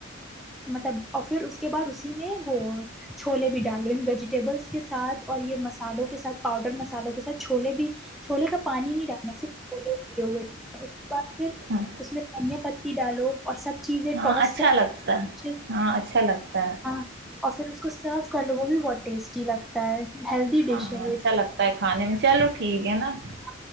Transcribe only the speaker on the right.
ہاں
ہاں
اچھا
لگتا
ہے ہاں اچھا لگتا ہے
ہاں
اچھا لگتا ہے کھانے میں چلو ٹھیک نا <unintelligible>